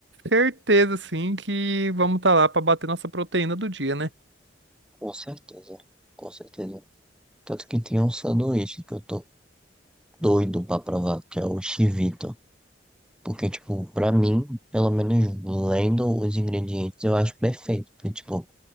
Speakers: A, on the right; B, in the centre.
A: certeza, sim, que vamos estar lá para bater nossa proteína do dia, né?
B: Com certeza, com certeza. Tanto que tem um sanduíche que eu tô doido pra provar, que é o chivito. Porque, tipo, pra mim, pelo menos lendo os ingredientes, eu acho perfeito. Porque, tipo,